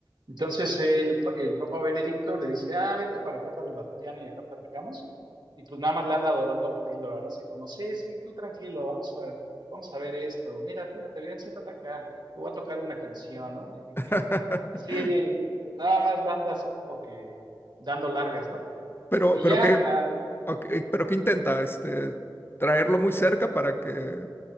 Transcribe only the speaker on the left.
<laughs>
Pero,
pero
qué,
ok, pero qué intenta, este, traerlo muy cerca para que,